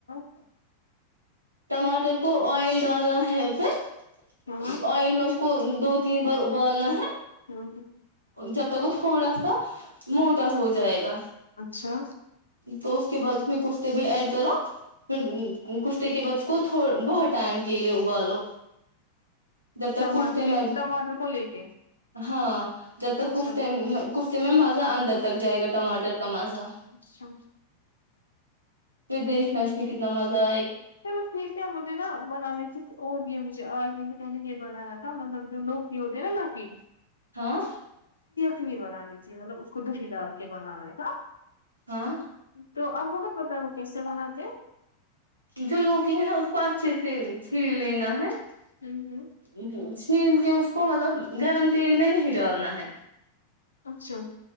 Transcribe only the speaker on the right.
ٹماٹر کو آئل ڈالنا ہے ا پھر
آئل میں اس کو دو تین بار ابالنا ہے
جب تک وہ تھوڑا سا موٹا ہو جائے گا
تو اس کے بعد میں کشتے بھی ایڈ کرو پھر کشتے کے بعد اس کو بہت ٹائم کے لیے ابالو جب تک
کشتے
میں بھی
ہاں جت
کھتے کفتے میں مزہ اندر تک جائے گا ٹماٹر کا مزہ
پھر دیکھنا اس میں کتنا مزہ آ
ہاں
ہاں
جو لوگی ہے نا اس کو اچھے سے چھیڑ لینا ہے ا
چھیل کی مطلب گرم تیل میں نہیں ڈالنا ہے